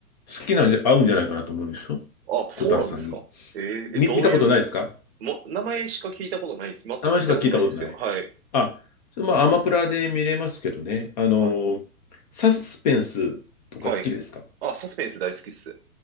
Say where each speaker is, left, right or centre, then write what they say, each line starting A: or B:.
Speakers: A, on the left; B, on the right.
A: きなんじゃ、合うんじゃないかなと思うんですよ。
B: あ、そうなんですか。
A: 小太郎さんに。
B: えーえどういう、
A: み、見たことないですか
B: も、名前しか聞いたことないです。全く見たことないですよ。
A: 名前しか聞いたことない。
B: はい、
A: あ、それまあ、アマプラで見れますけどね。あの、
B: はい、
A: サスペンスとか好きですか
B: はい。あ、サスペンス大好きっす。